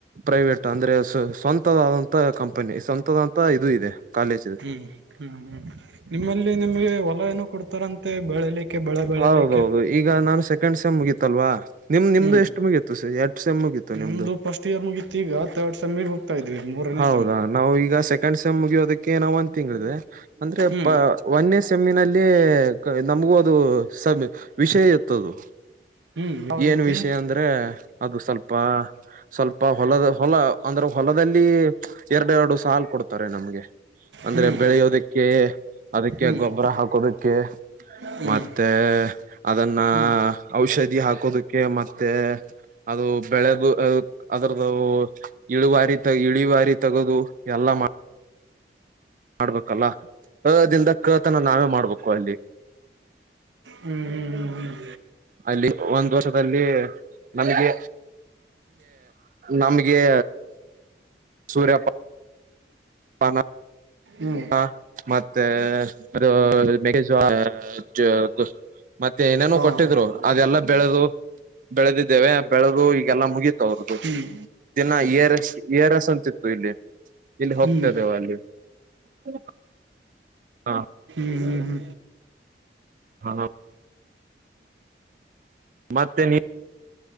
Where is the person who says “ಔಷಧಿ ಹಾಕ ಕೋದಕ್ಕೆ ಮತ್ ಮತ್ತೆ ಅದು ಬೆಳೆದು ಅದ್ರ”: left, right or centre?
Right